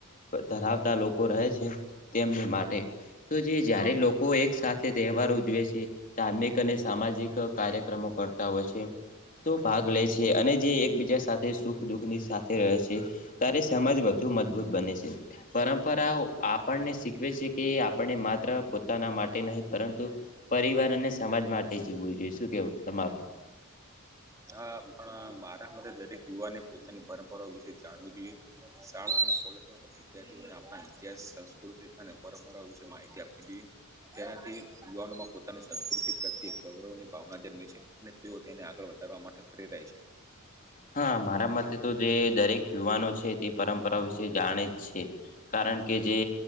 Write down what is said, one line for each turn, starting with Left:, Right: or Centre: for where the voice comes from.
Left: ધરાવતા લોકો રહે છે તેમની માટે, તો જે જ્યારે લોક લોકો એક સાથે તહેવાર ઉજવે છે, ધાર્મિક અને સામાજિક કાર્યક્રમો કરતા હોય છે. તો ભાગ લે છે અને જે એકબીજા સાથે સુખ દુઃખની સાથે રહે છે. ત્યારે સમાજ વધુ મજબૂત બને છે. પરંપરાઓ આપણને શીખવે છે કે આપણે માત્ર પોતાના માટે નહી પરંતુ પરિવાર અને સમાજ માટે જીવવું જોઈએ શું કેવું તમારું?
Right: હા પણ મારા મતે દરેક યુવાને પોતાની પરંપરાઓ વિશે જાણવું જોઈએ. શાળા અને કોલેજ વિદ્યાર્થીઓને આપણા ઇતિહાસ, સંસ્કૃતિ અને પરંપરા વિશે માહિતી આપવી જોઈએ. તેનાથી યુવાનોમાં પોતાની સંસ્કૃતિ પ્રત્યે ગૌરવની ભાવના જન્મે છે અને તેઓ તેને આગળ વધારવા માટે પ્રેરાય છે.
Left: હા મારા મતે તો જે દરેક યુવાનો છે તે પરંપરા વિશે જાણે જ છે કારણ કે જે